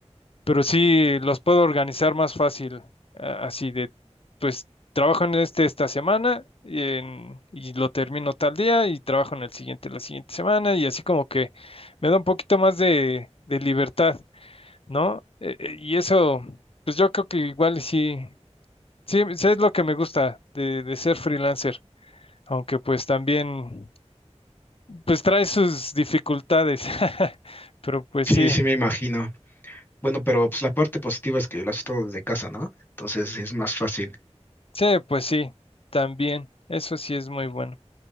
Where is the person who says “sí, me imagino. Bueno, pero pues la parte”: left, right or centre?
Left